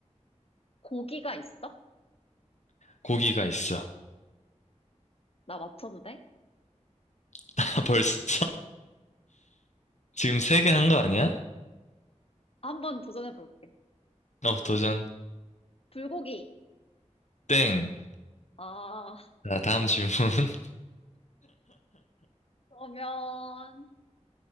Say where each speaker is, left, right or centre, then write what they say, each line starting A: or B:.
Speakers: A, on the left (about 50°); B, on the left (about 70°).
A: 고기가 있어?
B: 고기가 있어.
A: 나 맞춰도 돼?
B: <laughs> 아, 벌써? 지금 세 개 한 거 아니야?
A: 한번 도전해 볼게.
B: 어, 도전.
A: 불고기.
B: 땡.
A: 아,
B: 자, 다음 질문. <laughs>
A: 그러면